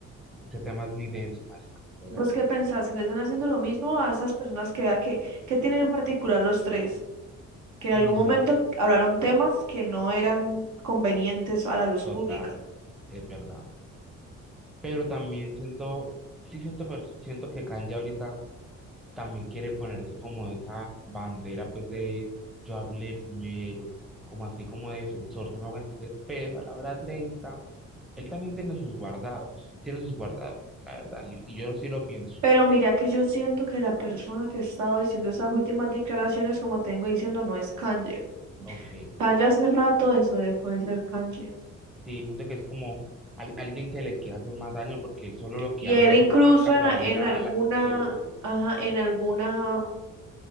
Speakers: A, in the centre; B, on the right.
A: ese tema es muy denso, marica, de
B: ¿vos
A: verdad.
B: qué pensás? ¿Que le están haciendo lo mismo a esas personas que vea que, que tienen en particular los tres? que en
A: Mm,
B: algún momento hablaron temas que no eran convenientes a la luz
A: total,
B: pública.
A: es verdad. Pero también siento, sí siento, pero siento que Kanye ahorita también quiere poner eso como esa bandera, pues de yo hablé primero, como así como defensor, se me hago entender, pero a la hora 30 él también tiene sus guardados, él tiene sus guardados, la verdad, y, y yo sí lo pienso.
B: Pero mira que yo siento que la persona que estaba diciendo esas últimas declaraciones, como tengo diciendo, no es Kanye.
A: Ok.
B: Kanye hace rato de eso dejó de ser Kanye.
A: Sí, gente que es como al- alguien que le quiere hacer más daño porque él solo lo que
B: Y
A: habla
B: él
A: ahorita,
B: incluso
A: marica,
B: en,
A: se
B: a-
A: va a
B: en
A: virar,
B: alguna,
A: la gente le odia.
B: ajá, en alguna,